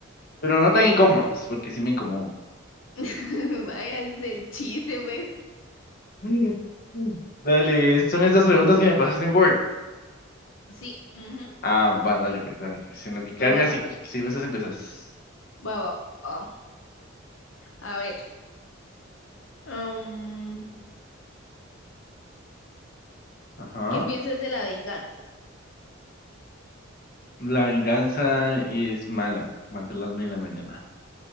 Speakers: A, on the left; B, on the left.
A: Pero no tan incómodas, porque sí me incomodó.
B: <laughs> Vaya, ese es el chiste, pues.
A: Mm, mm. Dale, son estas preguntas que me pasaste en Word.
B: Sí, ujú.
A: Ah, va, dale, pues, dale. que si En lo que cargas
B: Va,
A: y que- sigo esas empezás.
B: va, va, va. A ver, mm,
A: Ajá.
B: ¿qué piensas de la venganza?
A: La venganza es mala. Mata el alma y la envenena.